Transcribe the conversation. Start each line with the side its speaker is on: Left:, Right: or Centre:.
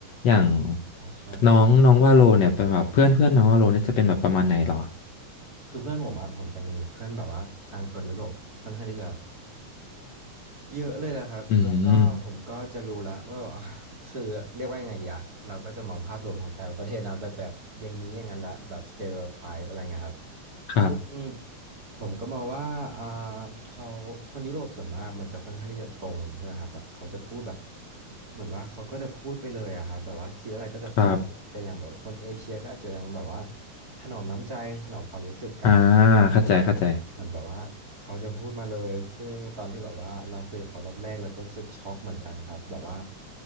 Left: อย่าง
Right: อ๋อใช่
Left: น้องน้องว่าโลเนี่ยเป็นแบบเพื่อนเพื่อนน้องว่าโลเนี่ยจะเป็นแบบประมาณไหนเหรอ
Right: คือเพื่อนผมอะผมจะมีเพื่อนแบบว่าทางโซนยุโรปค่อนข้างที่จะ เยอะเลยแหละครับ
Left: อืม
Right: แล้วก็ผมก็จะรู้ละว่าแบบ <laughs> คือเรียกว่ายังไงดีอะเราก็จะมองภาพรวมของแต่ละประเทศนั้นไปแบบอย่างนี้อย่างนั้นละแบบสเต r e o t ไทป์อะไรเงี้ยครับ
Left: ครับ
Right: ซึ่งผมก็มองว่าอ่าเขาคนยุโรปส่วนมากมันจะค่อนข้างที่จะตรงใช่ไหมครับแบบเขาจะพูดแบบเหมือนว่าเขาก็จะพูดไปเลยอะครับแบบว่าคิดอะไรก็จะพูดแต่อย่างแบบคนเอเชียก็อาจจะยังแบบว่า
Left: ครับ
Right: ถนอมน้ำใจถนอมความรู้สึกกันนะครับ
Left: อ่าเข้าใจเข้าใจ
Right: เหมือนแบบว่าเขาจะพูดมาเลยซึ่งตอนที่แบบว่าเราคุยกับเขารอบแรกเราก็รู้สึกช็อกเหมือนกันครับแบบว่า